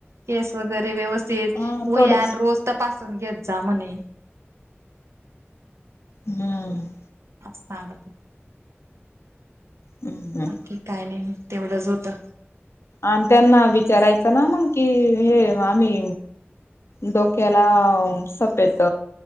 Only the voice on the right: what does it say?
केस वगैरे व्यवस्थित
वह्या
रोज- तपासून घेत जा म्हणे.
<unintelligible>
बाकी काय नाही, तेवढंच होतं.